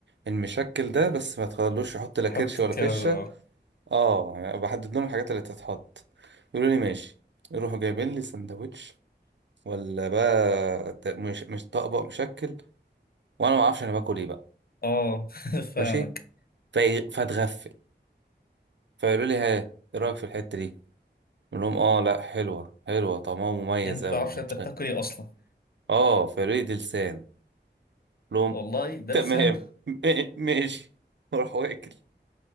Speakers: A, on the right (about 75°); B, on the left (about 55°).
A: المشكل ده بس ما تخلوش يحط لا
B: حط
A: كرش ولا
B: كذا
A: فشه اه يعني بحدد لهم الحاجات اللي تتحط يقولوا لي ماشي يروحوا جايبين لي سندوتش ولا بقى ت- مش مش طبق مشكل وانا ما اعرفش انا باكل ايه بقى
B: اه <laughs> فاهمك
A: ماشي في... فاتغفل فيقولوا لي ها ايه رايك في الحته دي اقول لهم اه لا حلوه حلوه طعمها مميز
B: انت متعرفش
A: قوي
B: انت بتاكل ايه اصلا
A: اه فيقولوا لي دي لسان أقول لهم
B: والله ده
A: تمام
B: لسان
A: م- ماشي <laughs> واروح واكل